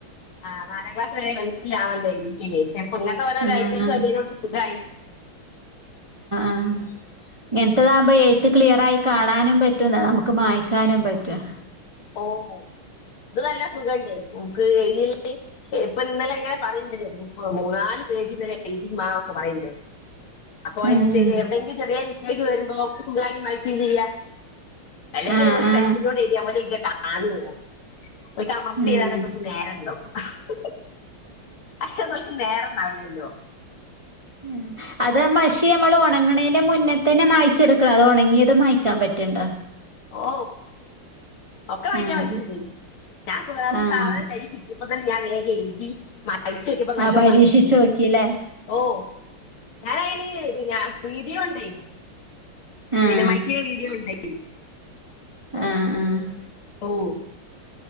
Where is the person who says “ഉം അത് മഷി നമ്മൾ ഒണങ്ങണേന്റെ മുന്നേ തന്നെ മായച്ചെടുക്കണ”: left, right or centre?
Right